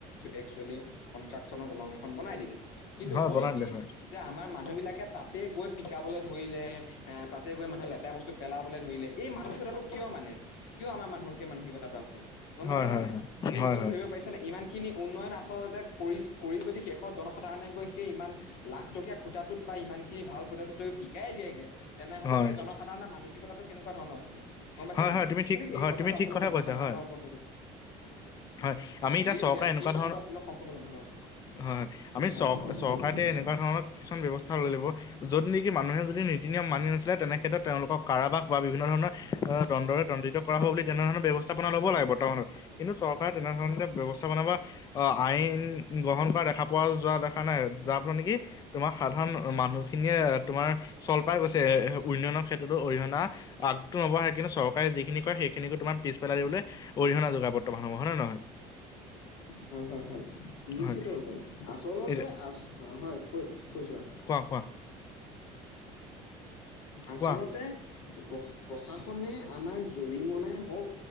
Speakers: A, on the left (about 85°); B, on the left (about 30°).
A: এক্সুৱেলি কনষ্ট্ৰাক্যনৰ দলং এখন বনাই দিলে। কিন্তু
B: হয়
A: হ'ল
B: বনাই
A: কি
B: দিলে হয়
A: যে আমাৰ মানুহ বিলাকে তাতে গৈ পিকাবলৈ ধৰিলে এ তাতে গৈ মানুহ লে লেতেৰা বস্তু পেলাবলৈ ধৰিলে এই মানসিকতাটো কিয় মানে কিয় আমাৰ মানুহৰ সেই মানসিকতাটো আছে? গম
B: হয়
A: পাইছ নে
B: হয়
A: নাই?
B: হয়
A: সেই
B: হয়
A: বস্তুটো
B: হয়
A: ধৰিব পাৰিছা নে নাই ইমান খিনি উন্নয়ন আচলতে কৰি কৰি যদি শেষত জনসাধাৰণে গৈ সেই ইমান লাখ টকীয়া খূটাটোত বা ইমানখিনি ভাল খূটাটোত যদি পিকায়ে দিয়েগৈ তেনেহ'লে
B: হয়
A: সেই জনসাধাৰণৰ মানসিকতাটো কেনেকুৱা ধৰণৰ হব? গম পাইছা
B: হয়,
A: না
B: হয়।
A: নাই
B: তুমি ঠিক
A: গতিকে এই
B: হয়,
A: কথাটো
B: তুমি
A: আচলতে
B: ঠিক কথা
A: জনসাধাৰণৰ
B: কৈছা। হয়,
A: ওপৰত
B: হয়। আমি
A: গতিকে
B: এতিয়া চৰকাৰে
A: সেয়া
B: এনেকুৱা
A: সেই কথাটো
B: ধৰণৰ
A: আচলতে সম্পূৰ্ণ জনসাধাৰণ
B: হয় হয় আমি
A: হয়
B: চ-
A: কয়
B: চৰকাৰটোৱে
A: কৈ যোৱা
B: এনেকুৱা ধৰণৰ কিছুমান ব্যৱস্থা লৈ ল'ব য'ত নেকি মানুহে যদি নীতি নিয়ম মানি নচলে তেনেক্ষেত্ৰত তেওঁলোকৰ কাৰাবাস বা বিভিন্ন ধৰণৰ অ দণ্ডৰে দণ্ডিত কৰা হব বুলি তেনে ধৰণৰ ব্যৱস্থাপনা ল'ব লাগে বৰ্তমানলৈ কিন্তু চৰকাৰে তেনেধৰণে ব্যৱস্থা <unintelligible> আইন গ্ৰহণ কৰা দেখা পোৱা যোৱা দেখা নাই যাৰ ফলত নেকি তোমাৰ সাধাৰণ মানুহ খিনিয়ে তোমাৰ চল পাই গৈছে উন্নয়নৰ ক্ষেত্ৰতো অৰিহণা আগটো নবঢ়ায়। কিন্তু চকাৰে যিখিনি ক সেইখিনিকো তোমাৰিছ পেলাই দিবলৈ অৰিহণা যোগা বৰ্তমান হ'ব হয় নহয়
A: হয় হয় হয় নিশ্চিত
B: হয়,
A: ৰূপে আচলতে
B: এই
A: আ হয় কৈ কৈ যোৱা
B: কোৱা কোৱা
A: আচলতে
B: কোৱা।
A: প্ৰশা প্ৰশাসনে আমাক জৰিমনাই হওক